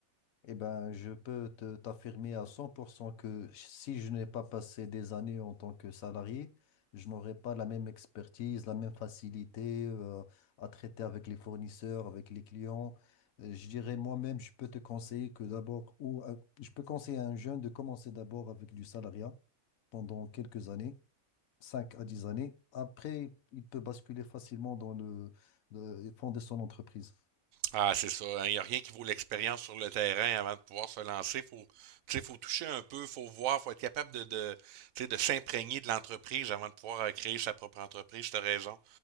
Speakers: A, on the left; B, on the right.
A: Eh ben, je peux te- t'affirmer à 100% que si je n'ai pas passé des années en tant que salarié, je n'aurais pas la même expertise, la même facilité euh, à traiter avec les fournisseurs, avec les clients. Euh, Je dirais moi-même, je peux te conseiller que d'abord, ou euh, je peux conseiller à un jeune de commencer d'abord avec du salariat pendant quelques années, 5 à 10 années. Après, il peut basculer facilement dans le, le fonder son entreprise.
B: Ah, c'est ça. hein. Il n'y a rien qui vaut l'expérience sur le terrain avant de pouvoir se lancer. Faut, tu sais, faut toucher un peu, faut voir, faut être capable de, de, tu sais, de s'imprégner de l'entreprise avant de pouvoir euh, créer sa propre entreprise. T'as raison.